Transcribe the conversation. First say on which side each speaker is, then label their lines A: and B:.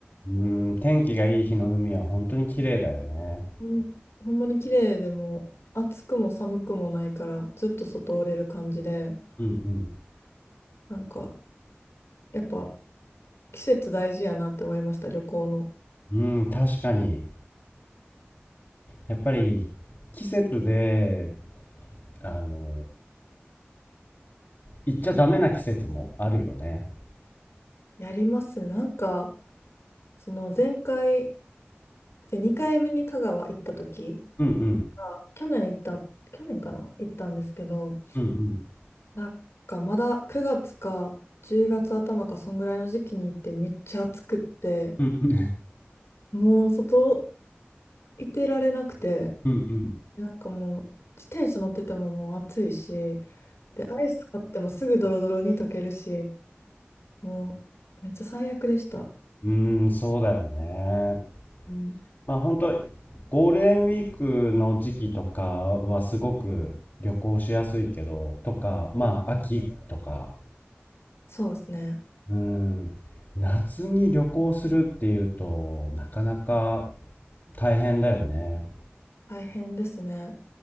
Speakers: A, on the left; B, on the left.
A: うーん、天気がいい日の海は本当に綺麗だよね。
B: ほん、ほんまに綺麗でもう暑くも寒くもないからずっと外おれる感じで、
A: うんうん。
B: なんかやっぱ季節大事やなって思いました、旅行の。
A: うん、確かに。やっぱり季節で、あの、行っちゃダメな季節もあるよね。
B: やりますなんか、その前回、2回目に香川行った時
A: うんうん。
B: が、去年行った、去年かな行ったんですけど、
A: うんうん。
B: なんかまだ9月か10月頭かそんぐらいの時期に行ってめっちゃ暑くって、
A: うん
B: もう外いてられなくて、
A: うんうん
B: なんかもう自転車乗っててももう暑いし、で、アイス買ってもすぐドロドロに溶けるし、もうめっちゃ最悪でした。
A: うん。うーん、そうだよね。
B: うん、
A: まあ本当ゴールデンウィークの時期とかはすごく旅行しやすいけど、とか、まあ秋とか、
B: そうですね。
A: うん、夏に旅行するっていうとなかなか大変だよね。
B: 大変ですね。